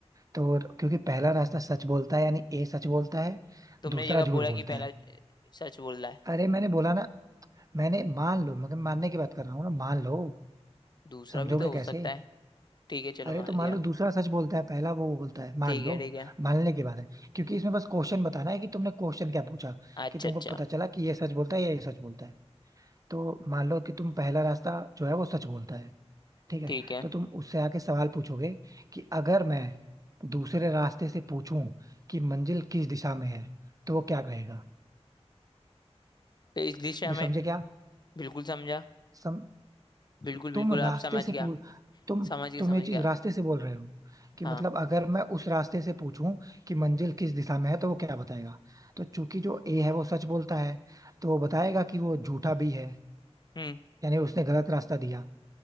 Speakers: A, on the right; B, on the left.
A: तो क्योंकि पहला रास्ता सच बोलता है यानी ए सच बोलता है
B: तुमने
A: दूसरा
B: जगह
A: झूठ
B: बोला
A: बोलता
B: कि पहला
A: है
B: ज- सच बोल रहा है
A: अरे मैंने बोला ना मैंने मान लो मगर मानने की बात कर रहा हूँ ना मान लो
B: दूसरा
A: समझोगे
B: भी तो
A: कैसे
B: हो सकता है ठीक है चलो
A: अरे
B: मान
A: तो
B: लिया
A: मान लो दूसरा सच बोलता है पहला वो बोलता है मान
B: ठीक
A: लो
B: है ठीक है
A: मानने की बात है क्योंकि इसमें बस क्वेश्चन बताना है कि तुमने क्वेश्चन क्या पूछा
B: अच्छा
A: कि तुमको
B: अच्छा
A: पता चला कि ये सच बोलता है या ये सच बोलता है तो मान लो कि तुम पहला रास्ता जो है वो सच बोलता है ठीक है
B: ठीक है
A: तो तुम उससे आके सवाल पूछोगे कि अगर मैं दूसरे रास्ते से पूछूं कि मंजिल किस दिशा में है तो वो क्या कहेगा
B: तो इस दिशा
A: भी
B: में
A: समझे क्या
B: बिल्कुल समझा
A: सम
B: बिल्कुल बिल्कुल
A: तुम रास्ते
B: आप समझ
A: से
B: गया
A: पू तुम
B: समझ गया
A: तुम
B: समझ
A: ये चीज
B: गया
A: रास्ते से बोल रहे हो कि
B: हाँ
A: मतलब अगर मैं उस रास्ते से पूछूं कि मंजिल किस दिशा में है तो वो क्या बताएगा तो चूंकि जो ए है वो सच बोलता है तो वो बताएगा कि वो झूठा भी है
B: हम्म
A: यानी उसने गलत रास्ता दिया